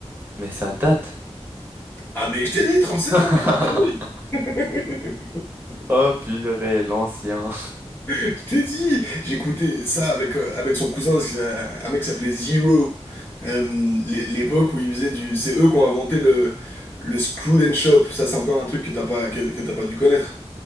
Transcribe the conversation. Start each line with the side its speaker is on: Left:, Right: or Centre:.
Right: mais ça date.
Left: Ah mais je t'ai dit, sept
Right: <laughs>
Left: ans, lui. Bah oui. <laughs>
Right: Oh purée, l'ancien.
Left: Je t'ai dit, j'écoutais ça avec, euh, avec son cousin, c'est, euh, un mec qui s'appelait Zero. Euh, l'é- l'époque où ils faisaient du... C'est eux qui ont inventé le, le screw and Shop. Ça, c'est encore un truc que t'as pas, que, que t'as pas dû connaître.